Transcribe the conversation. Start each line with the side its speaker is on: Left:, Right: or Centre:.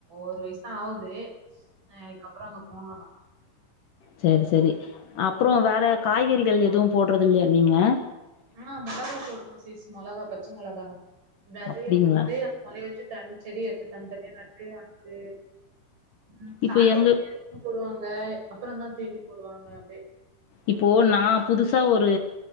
Right: ஒரு வயசுதா ஆகுது அதுக்குப்புற அங்க போனோ தா
Left: செரி செரி அப்புற வேற காய்கறிகள் எதுவு போடுறது இல்லையா நீங்க
Right: ஆ மிளகா போடுவோ சிஸ் மொளகா பச்ச மொளகா வேதைய
Left: அப்டிங்களா
Right: போட்டு அத மொலய வச்சு தனி செடி எடுத்து தனித்தனியா நட்டு அது ம் ஸ்டாடிங்குல
Left: இப்ப எங்க
Right: <unintelligible> போடுவாங்க அப்ற தா தீனி போடுவாங்க அப்டிடே
Left: இப்போ நா புதுசா ஒரு